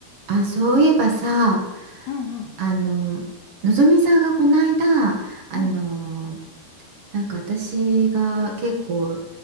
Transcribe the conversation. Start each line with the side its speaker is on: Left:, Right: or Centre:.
Right: あ、そういえばさ、
Left: うんうん
Right: あの、のぞみさんがこの間、あの、
Left: うん
Right: なんか私が結構、